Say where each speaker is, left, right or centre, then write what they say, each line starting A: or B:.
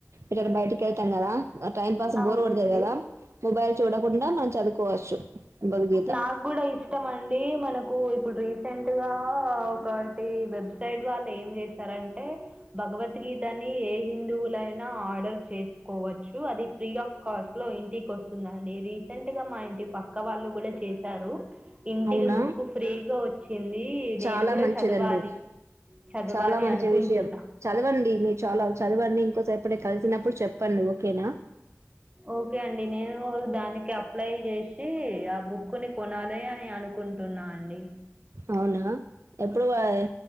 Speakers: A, on the right; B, on the right.
A: ఎకడ బయటికెళ్తాం కదా. ఆ టైం పాస్
B: అవునండి
A: బోర్ కొడతాది కదా. మొబైల్ చూడకుండా మనం చదువుకోవచ్చు. భగవద్గీత
B: నాక్ గుడ ఇష్టం అండి మనకు ఇప్పుడు రీసెంట్ గా ఒకటి వెబ్ సైట్ వాళ్ ఏం చేస్తారం భగవద్గీతని ఏ హిందువులైనా ఆర్డర్ చేసుకోవచ్చు అది ఫ్రీ ఆఫ్ కాస్ట్లో ఇంటి కోస్తుందండి రీసెంట్ గా మా ఇంటి పక్క వాళ్ళు కూడా చేశారు ఇంటికి
A: అవునా
B: బుక్ ఫ్రీగా వచ్చింది
A: చాలా
B: నేను కూడా
A: మంచిదండి
B: చదవాలి చదవాలి
A: చాలా మంచి
B: అనుకుంటున్నా.
A: విషయం. చదవండి మీ చాలా చదవండి ఇంకోసేప్ పుడే కలిసినప్పుడు చెప్పండి ఓకేనా
B: ఓకే అండి నేను దానికి అప్లై చేసి ఆ బుక్ కుని కొనాలి అని అనుకుంటున్నా అండి
A: అవునా ఎప్పుడు అయ్